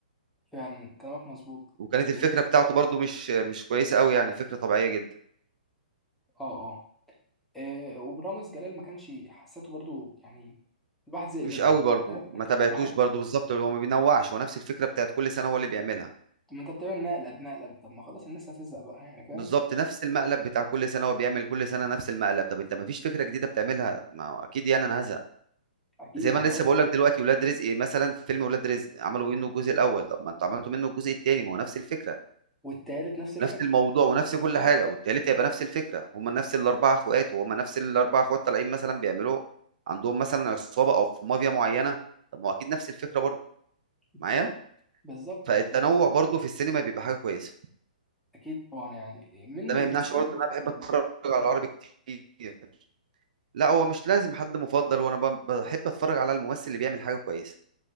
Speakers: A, in the centre; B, on the right.
A: فعلا كلامك مظبوط
B: وكانت الفكرة
A: و-
B: بتاعته برضو مش مش كويسة قوي يعني فكرة طبيعية جدا
A: اه اه آه، وبرامز جلال ما كانش حسيته برضو يعني الواحد زهق
B: مش
A: منه
B: قوي
A: يعني
B: برضو
A: فاهم
B: ما
A: <laughs>
B: تابعتوش
A: واحد
B: برضو بالظبط هو ما بينوعش هو نفس الفكرة بتاعت كل سنة هو اللي بيعملها
A: ما انت بتعمل مقلب مقلب طب ما خلاص الناس هتزهق بقى يعني فاهم
B: بالظبط نفس المقلب بتاع كل سنة هو بيعمل كل سنة نفس المقلب طب انت ما فيش فكرة جديدة بتعملها ما هو اكيد يعني انا هزهق
A: اكيد
B: زي ما
A: يعني
B: انا لسه
A: عملت
B: بقول لك دلوقتي ولاد رزق مثلا فيلم ولاد رزق عملوا منه الجزء الاول طب ما انتوا عملتوا منه الجزء الثاني ما هو نفس الفكره
A: والتالت نفس الفكره
B: نفس الموضوع ونفس كل
A: تخيل
B: حاجه والتالت هيبقى نفس الفكره هم نفس الاربعه اخوات وهم نفس الاربعه اخوات طالعين مثلا بيعملوا عندهم مثلا عصابه او في مافيا معينه طب ما هو اكيد نفس الفكره برضه
A: بالظبط.
B: معايا
A: بالظبط
B: فالتنوع
A: بالظبط
B: برضه في السينما بيبقى حاجه كويسه
A: اكيد طبعا يعني من
B: ده
A: ممثلك
B: ما يمنعش برضه
A: المفضل
B: ان انا بحب اتفرج على العربي كتير لا هو مش لازم حد مفضل وانا بحب اتفرج على الممثل اللي بيعمل حاجه كويسه